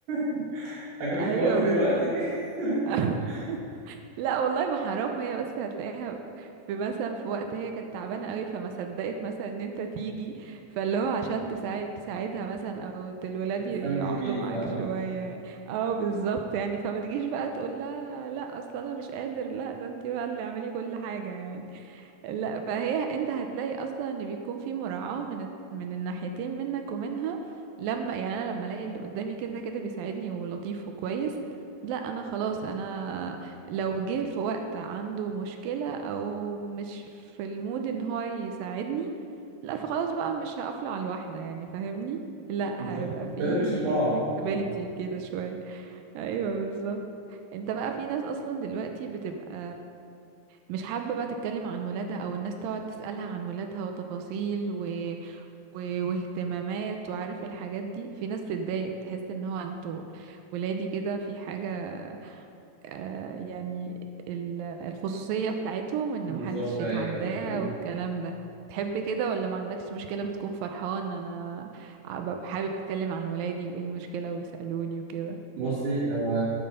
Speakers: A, on the right; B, on the right.
A: <laughs> هجيب لك
B: ايوه
A: مراتي دلوقتي
B: بالظبط
A: <laughs>
B: <laughs> لا والله ما حرام هي بس هتلاقيها في مثلا في وقت هي كانت تعبانه قوي فما صدقت مثلا ان انت تيجي فاللي هو عشان تساعد تساعدها مثلا او ت- الولاد
A: بتستنجد
B: ي- يقعدوا
A: بيك
B: معاك
A: فاهمة
B: شويه او بالظبط يعني فما تجيش بقى تقول لها لا اصلا انا مش قادر لا ده انت بقى اللي اعملي كل حاجه يعني لا فهي انت هتلاقي اصلا ان بيكون في مراعاة من الت- من الناحيتين منك ومنها لما يعني انا لما الاقي اللي قدامي كده كده بيساعدني ولطيف وكويس لا انا خلاص انا لو جه في وقت عنده مشكلة او مش في المود ان هو يساعدني لا فخلاص بقى مش هقفله على الواحدة يعني فاهمني لا
A: بالظبط
B: هيبقى في
A: لازم نشيل بعض
B: flexibility
A: فاهمة؟
B: كده شوية ايوه بالظبط انت بقى في ناس اصلا دلوقتي بتبقى مش حابة بقى تتكلم عن ولادها او الناس تقعد تسألها عن ولادها وتفاصيل و... و... واهتمامات وعارف الحاجات دي في ناس بتتضايق بتحس ان هو انتوا ولادي كده في حاجة آه يعني ال- الخصوصية بتاعتهم ان
A: بالظبط
B: محدش يتعداها
A: ايوه ايوه فهمتك
B: والكلام ده تحب كده ولا ما عندكش مشكلة بتكون فرحان انا ببقى حابب اتكلم عن ولادي وايه المشكلة ويسألوني وكده
A: بصي هو